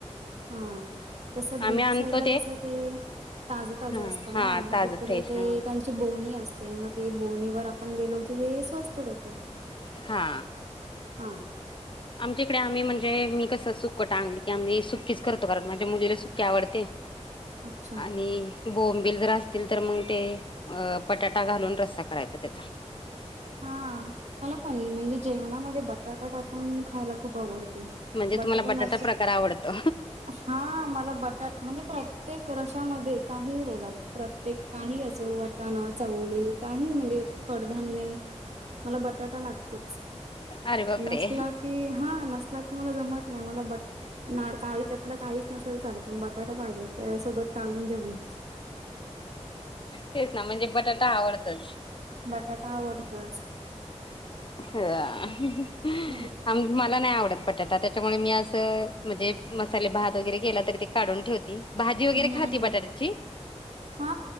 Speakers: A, on the right; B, on the left.
A: हा. तस बीच
B: आम्ही आणतो
A: साईड ला कस ते ताज ताजं
B: हा
A: असतं
B: हा
A: ना मग
B: ताजं
A: तिकडे
B: फ्रेश
A: ते
B: हा
A: त्यां बोणी असते मग ते बोनीवर आपण गेलो की स्वस्त देतात.
B: हा.
A: हा
B: आमच्या इकडे आम्ही म्हणजे मी कसं सुक् टांगली की आम्ही सुक्कीच करतो कारण माझ्या मुलीला सुकी आवडते.
A: अच्छा
B: आणि बोंबिल जर असतील तर मग ते पटाटा घालून रस्सा करायचा त्याचा
A: हा मला पण म्हणजे जेवणामध्ये बटाटा टाकून खायला खूप आवडत.
B: म्हणजे
A: बटाटा
B: तुम्हाला
A: न
B: प्रकार आवडतो
A: हा मला बटा म्हणजे प्रत्येक रशामध्ये काही बोला प्रत्येक काही असं वाटाणा चवळी काही म्हणजे कडधान्य मला बटाटा लागतोच
B: अरे बापरे
A: नसला की हा नसला की मला जमत. ना मला बट नाही काही त्यातलं काहीच नसेल चाल पण बटाटा पाहिजे त्या सोबत काढून जवेन.
B: तेच ना म्हणजे बटाटा आवडतच.
A: बटाटा आवडतच.
B: ह
A: हम्म
B: मला नाही आवडत बटाटा त्याच्यामुळे मी असं म्हणजे मसाले भात वगैरे केला तरी ते काढून ठेवती. भाजी वगैरे
A: हम्म
B: खाती बटाट्याची
A: हा